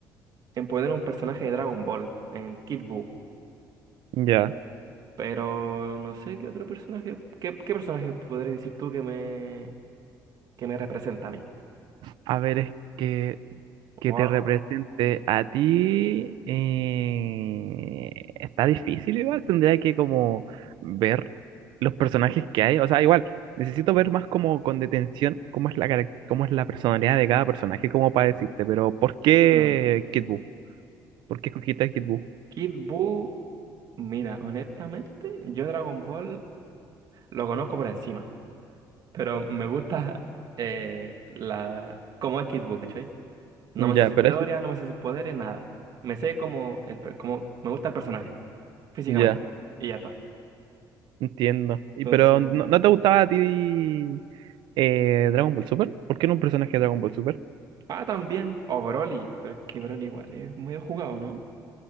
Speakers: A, on the right (about 55°); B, on the right (about 75°).
A: en poner un personaje de Dragon Ball, en Kid Buu.
B: Ya.
A: Pero no sé qué otro personaje, qué, qué personaje podrías decir tú que me, que me representa a mí.
B: A ver, es que, que
A: Wow.
B: te represente a ti. eh, está difícil igual. Tendría que como ver los personajes que hay. O sea, igual, necesito ver más como con detención cómo es la, carac- cómo es la personalidad de cada personaje, cómo para decirte Pero, ¿por qué
A: Claro.
B: Kid Buu? ¿Por qué escogiste a Kid Buu?
A: Kid Buu, mira, honestamente, yo Dragon Ball lo conozco por encima. Pero me gusta eh, la, cómo es Kid Buu, ¿cachai? No
B: Ya,
A: me sé su
B: pero
A: historia,
B: eso.
A: no me sé sus poderes, nada. Me sé como, el, per- como me gusta el personaje. físicamente.
B: Ya,
A: Y ya está.
B: entiendo. Y
A: Entonces.
B: pero no, no te gustaba a ti. Eh, Dragon Ball Super. ¿Por qué no un personaje de Dragon Ball Super?
A: Ah, también. O Broly. Pero es que Broly igual es medio jugado, ¿no?